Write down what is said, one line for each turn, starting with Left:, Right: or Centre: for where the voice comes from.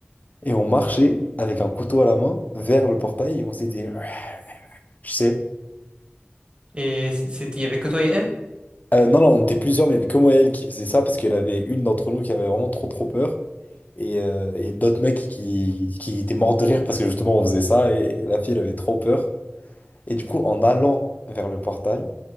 Left: et on marchait avec un couteau à la main vers le portail et on s'était dit, Ouais, je sais.
Right: Et c- c'était, il y avait que toi et elle?
Left: Euh, non, non, on était plusieurs, mais il y avait que moi et elle qui faisait ça parce qu'elle avait une d'entre nous qui avait vraiment trop trop peur et, euh, et d'autres mecs qui, qui étaient morts de rire parce que justement on faisait ça et la fille elle avait trop peur. Et du coup, en allant vers le portail,